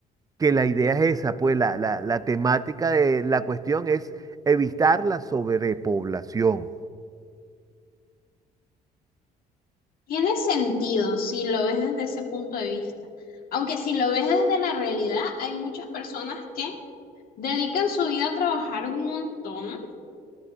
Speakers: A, on the right (about 20°); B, on the left (about 60°).
A: que la idea es esa, pues la, la, la temática de la cuestión es evitar la sobrepoblación.
B: Tiene sentido si lo ves desde ese punto de vista. Aunque si lo ves desde la realidad, hay muchas personas que dedican su vida a trabajar un montón